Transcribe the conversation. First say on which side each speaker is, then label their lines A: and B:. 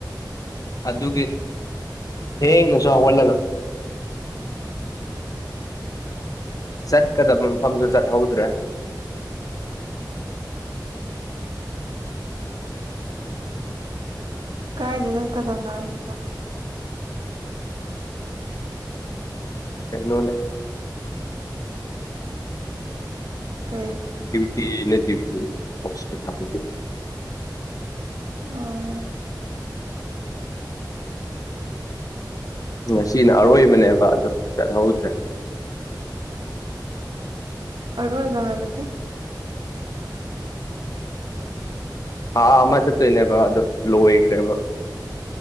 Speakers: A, on the left (about 50°); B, on the right (about 80°).
A: ꯑꯗꯨꯒꯤ ꯊꯦꯡꯅꯁꯨ ꯍꯧꯍꯜꯂꯒ ꯆꯠꯀꯗꯕ ꯃꯐꯝꯗꯨ ꯆꯠꯍꯧꯗ꯭ꯔꯦ
B: ꯀꯥꯏꯗ ꯆꯠꯀꯗꯝꯅꯣ ꯍꯥꯏꯁꯤꯕꯣ
A: ꯀꯩꯅꯣꯅꯦ
B: ꯀꯩ
A: ꯗ꯭ꯌꯨꯇꯤ ꯅ ꯗ꯭ꯌꯨꯇꯤ ꯑꯣꯁꯄꯤꯇꯥꯜꯗꯒꯤ
B: ꯑꯣꯥ
A: ꯉꯁꯤꯅ ꯑꯔꯣꯏꯕꯅꯦꯕ ꯑꯗꯣ ꯆꯠꯍꯧꯗ꯭ꯔꯦ
B: ꯑꯔꯣꯏꯕ ꯍꯥꯏꯕꯗꯤ
A: ꯑꯥꯥ ꯑꯃ ꯆꯠꯇꯣꯏꯅꯦꯕ ꯑꯗ ꯂꯣꯏꯈ꯭ꯔꯦꯕ